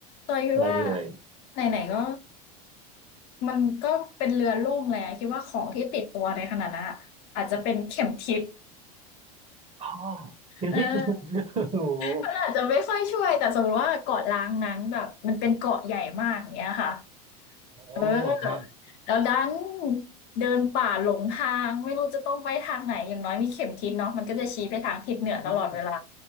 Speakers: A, on the left; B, on the right.
A: จอยคิดว่า
B: อะไรดีเอ่ย
A: ไหนๆก็มันก็เป็นเรือล่มแล้วคิดว่าของที่ติดตัวในขณะนั้นอะอาจจะเป็นเข็มทิศ <laughs>
B: อ๋อเข็มทิศ
A: เออ
B: <laughs> โอ้โห
A: มันอาจจะไม่ค่อยช่วยแต่สมมุติว่าเกาะล้างนั้นแบบมันเป็นเกาะใหญ่มากอย่างเงี้ยค่ะ
B: อ๋อ
A: เออแล้วดัน
B: ครับ
A: เดินป่าหลงทางไม่รู้จะต้องไปทางไหนอย่างน้อยมีเข็มทิศเนาะมันก็จะชี้ไปทางทิศเหนือตลอดเวลา
B: อืม